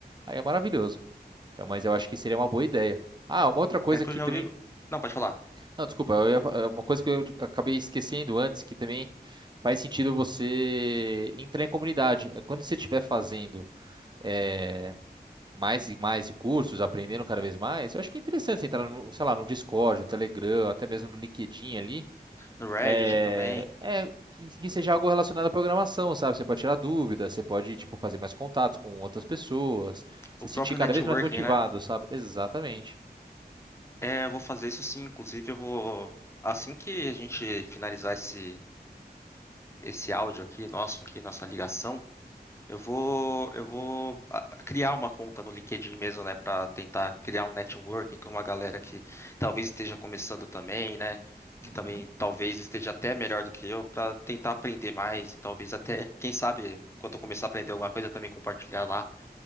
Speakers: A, on the right; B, on the left.
A: aí é maravilhoso. Então, mas eu acho que seria uma boa ideia. Ah, uma outra coisa
B: É que
A: que
B: eu já
A: também.
B: ouvi. Não, pode falar.
A: Não, desculpa, eu ia fa- eh, uma coisa que eu acabei esquecendo antes, que também faz sentido você entrar em comunidade. Eh, Quando você estiver fazendo eh, mais e mais cursos, aprendendo cada vez mais, eu acho que é interessante você entrar no, sei lá, no Discord, no Telegram, até mesmo no LinkedIn ali
B: No Reddit
A: é,
B: também.
A: é, que, que seja algo relacionado à programação, sabe? Você pode tirar dúvidas, você pode, tipo, fazer mais contatos com outras pessoas, se
B: O
A: sentir
B: próprio
A: cada
B: networking,
A: vez mais motivado,
B: né?
A: sabe? Exatamente.
B: É, eu vou fazer isso sim. Inclusive, eu vou. Assim que a gente finalizar esse, esse áudio aqui, nosso aqui, nossa ligação, Eu vou, eu vou ah, criar uma conta no LinkedIn mesmo, né, para tentar criar um networking com uma galera que talvez esteja começando também, né, que
A: Uhum,
B: também talvez esteja até melhor do que eu, para tentar aprender mais e talvez até, quem sabe, quando eu começar a aprender alguma coisa, eu também compartilhar lá